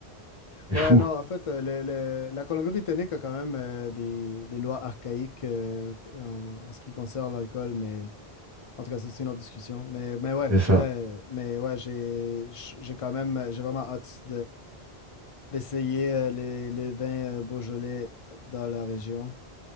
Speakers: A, on the right; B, on the left.
A: c'est
B: ouais,
A: fou,
B: non, en fait, euh, le- le- la Colombie-Britannique a quand même euh, des, des lois archaïques euh, en, en ce qui concerne l'alcool, mais en tout cas, ça, c'est une autre discussion. Mais, mais ouais,
A: c'est ça.
B: euh, mais ouais, j'ai, j'ai quand même, j'ai vraiment hâte d'essayer euh, les, les vins euh, Beaujolais euh, dans la région.